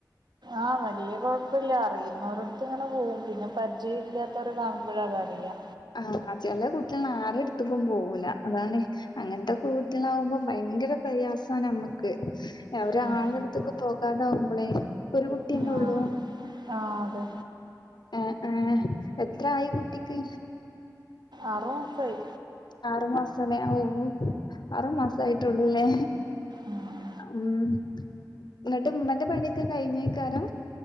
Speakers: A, on the right (about 70°); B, on the left (about 75°).
A: ആഹ്‌ വല്ല്യ കൊഴപ്പല്ല്യ അറിയുന്നവരട്ത്ത് ഇങ്ങനെ പോവും പിന്നെ പരിചയം ഇല്ലാത്തോരേ കാണുബാഴാ കരയാ
B: ആഹ് ചെില കുട്ടികൾ ആരും എടുത്തക്ക പോകൂല അതാണ് അങ്ങനത്തെ കുൂട്ടികളാാവുമ്പോ ഭയങ്കര പ്രയാസമാണ് നമ്മുക്ക് ഒരാളടു
A: ഉം
B: ഇതൊക്കെ പോകാതാവുമ്പോളേ ഇ ഒരു കുട്ടിയന്നെ
A: ആഹ്
B: ഉള്ളൂ
A: ആഹ് അതെ
B: ആഹ് ആഹ് എത്ര ആയി കുട്ടിക്ക്
A: ആറോ മാസായ്
B: ആറുമാസല്ലേ ഓ ആറുമാസയിട്ടുള്ളൂല്ലേ
A: ഉം
B: ഉം എന്നിട്ട് ഉമ്മാന്റെ പണിയൊക്കെ കഴിഞ്ഞേക്കാരം